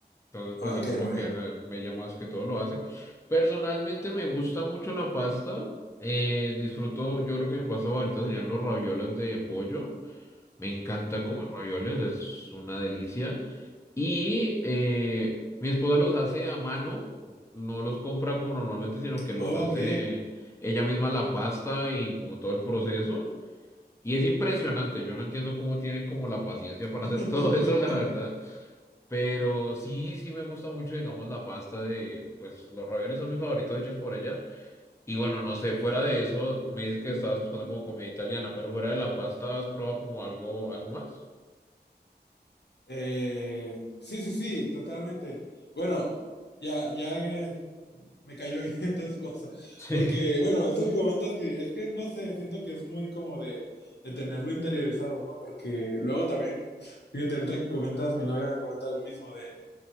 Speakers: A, on the left; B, on the left.
A: Entonces, pues
B: Ok,
A: sí, como
B: muy
A: que eh, ella más que todo lo hace. Personalmente me gusta mucho la pasta. eh, disfruto, yo creo que mi pasta favorita serían los ravioles de pollo. Me encanta
B: bien.
A: comer ravioles, es una delicia. Y eh, mi esposa los hace a mano, no los compra como normalmente, sino que los
B: Ok.
A: hace ella misma la pasta y como todo el proceso. Y es impresionante, yo no entiendo cómo tiene como la paciencia para
B: Ok.
A: hacer <laughs> todo eso, la
B: <laughs>
A: verdad. Pero sí, sí me gusta mucho, digamos, la pasta de, pues los raviolis son mis favoritos hechos por ella. Y bueno, no sé, fuera de eso, me dices que estabas buscando como comida italiana, pero fuera de la pasta, ¿has probado como algo, algo más? <laughs>
B: Eh, sí, sí, sí, totalmente. Bueno, ya, ya eh, me cayó <laughs> bien tu esposa.
A: Sí,
B: Porque, bueno, esto que comentas que es que no sé, siento que es muy como de, de tenerlo interiorizado, ¿no? Porque luego también, fíjate, ahorita que comentas, mi novia me comenta lo mismo de,